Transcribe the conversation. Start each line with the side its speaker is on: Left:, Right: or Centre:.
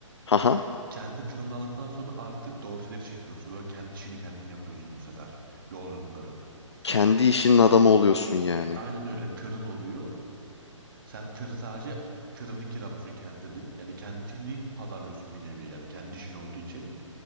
Left: Haha.
Right: Kendi tırını aldıktan sonra artık dorseleri çekiyorsun. Böyle kendi işini kendin yapıyorsun bu sefer. Yolculukları.
Left: Kendi işinin adamı oluyorsun yani.
Right: Aynen öyle tırın oluyor. Sen tır sadece tırını kiralıyorsun kendini. Yani kendini pazarlıyorsun bir nevi. Yani kendi işin olduğu için.